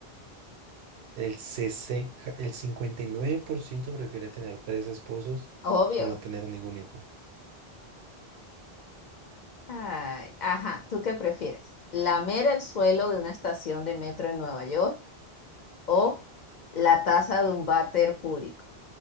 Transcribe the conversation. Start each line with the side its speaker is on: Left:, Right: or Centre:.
Right: El, 60 el 59% prefiere tener tres esposos
Left: Obvio.
Right: y no tener ningún hijo.
Left: Ay, ajá, ¿tú qué prefieres? ¿Lamer el suelo de una estación de metro en Nueva York? O la taza de un váter público,